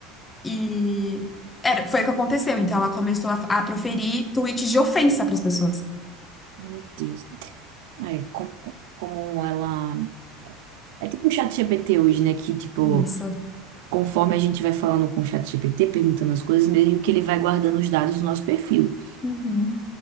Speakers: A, on the left; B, on the right.
A: E era, foi o que aconteceu. Então ela começou a, a proferir tweets de ofensa para as pessoas.
B: Meu Deus. É, como, como ela. É tipo o chat GPT hoje, né? Que, tipo,
A: Isso.
B: conforme a gente vai falando com o chat GPT perguntando as coisas, meio que ele vai guardando os dados do nosso perfil.
A: Uhum.